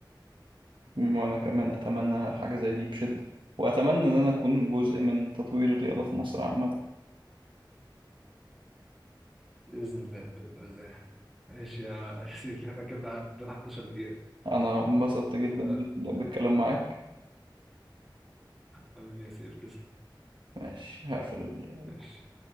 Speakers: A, on the right; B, in the centre.
A: وأنا كمان أتمنى حاجة زي دي بشدة وأتمنى إن أنا أكون جزء من تطوير الرياضة في مصر عامة
B: بإذن الله بإذن الله ماشي يا يا سيف احنا كده عندنا 11 دقيقة
A: أنا انبسطت جدا
B: كده
A: بال- بالكلام معاك
B: حبيبي يا سيف تسلم
A: ماشي هقفل
B: ماشي